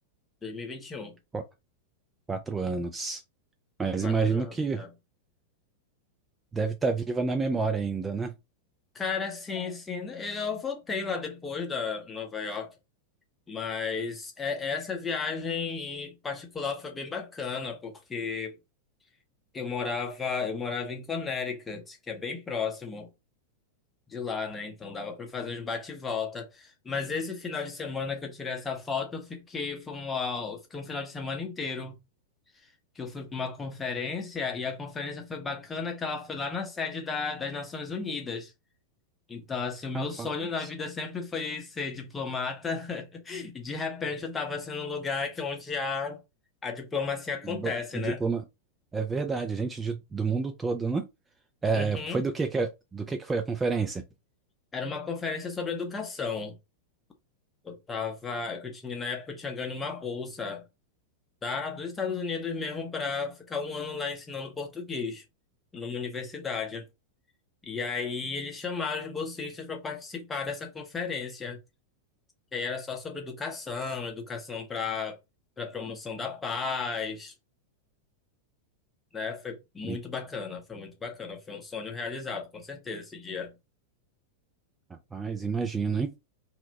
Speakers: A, on the left; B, on the right.
A: dois mil e vinte vinte um e um
B: Qu- Quatro anos. Mas
A: Quatro
B: imagino
A: anos
B: que
A: já.
B: deve estar viva na memória ainda, né?
A: Cara, sim sim, eu voltei lá depois da Nova York, mas é- essa viagem em particular foi bem bacana, porque eu morava, eu morava em Connecticut, que é bem próximo. de lá, né? Então dava para fazer uns bate e volta. Mas esse final de semana que eu tirei essa foto, eu fiquei, foi uma, eu fiquei um final de semana inteiro. Que eu fui para uma conferência e a conferência foi bacana, que ela foi lá na sede da- das Nações Unidas. Então, assim, o meu
B: Rapaz,
A: sonho na vida sempre foi ser diplomata. <laughs> E de repente eu estava assim num lugar que é onde a, a diplomacia acontece,
B: bo- diploma.
A: né?
B: É verdade, gente de- do mundo todo, né? É,
A: Uhum.
B: foi do que, que é- do que que foi a conferência?
A: Era uma conferência sobre educação. Eu tava, que eu tinha, na época eu tinha ganho uma bolsa da, dos Estados Unidos mesmo para ficar um ano lá ensinando português numa universidade. E aí eles chamaram os bolsistas para participar dessa conferência, que aí era só sobre educação, educação para para promoção da paz, né? Foi muito
B: Hum,
A: bacana, foi muito bacana, foi um sonho realizado, com certeza esse dia.
B: Rapaz, imagino, hein?